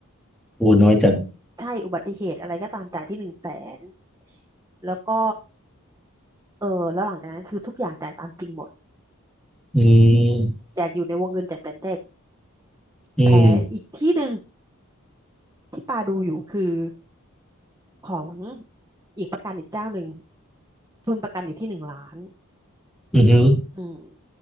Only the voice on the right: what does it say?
ใช่อุบัติเหตุอะไรก็ตามจ่ายที่หนึ่งแสนแล้วก็ เออแล้วหลังจากนั้นคือทุกอย่างจ่ายตามจริงหมด
อืม
แต่อยู่ในวงเงินเจ็ดแสนเจ็ด
แต่อีกที่หนึ่งที่ปาดูอยู่คือของอีกประกันอีกเจ้าหนึ่งทุนประกันอยู่ที่หนึ่งล้าน
อืม